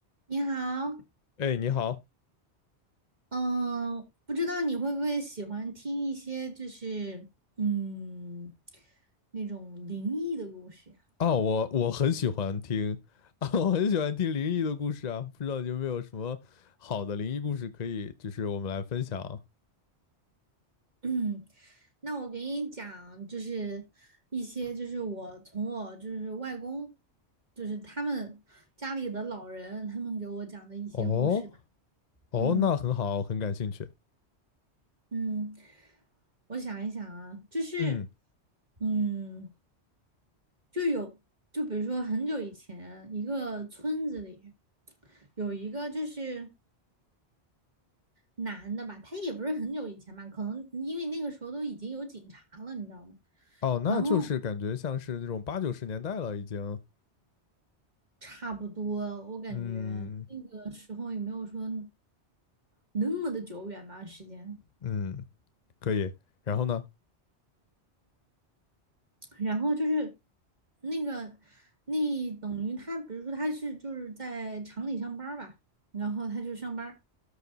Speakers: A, on the right (about 40°); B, on the left (about 40°).
A: 你好，
B: 哎，你好
A: 嗯，不知道你会不会喜欢听一些就是嗯那种灵异的故事呀？
B: 啊，我我很喜欢听 <laughs> 啊，我很喜欢听灵异的故事啊，不知道你有没有什么好的灵异故事可以，就是我们来分享。
A: <clears throat> 嗯，那我给你讲，就是一些就是我从我就是外公，就是他们家里的老人，他们给我讲的一些故事吧。
B: 哦哦，
A: 嗯
B: 那很好，很感兴趣。
A: 嗯，我想一想啊，就是
B: 嗯，
A: 嗯。就有，就比如说很久以前，一个村子里有一个就是男的吧，他也不是很久以前吧，可能因为那个时候都已经有警察了，你知道吗？
B: 哦，那就是感觉像是那种八九十年代了，
A: 然后
B: 已经。
A: 差不多，我感觉的时候也没有说
B: 嗯
A: 那么的久远吧，时间。
B: 嗯，可以。然后呢，
A: 然后就是那个，那等于他，比如说他是就是在厂里上班儿吧，然后他就上班儿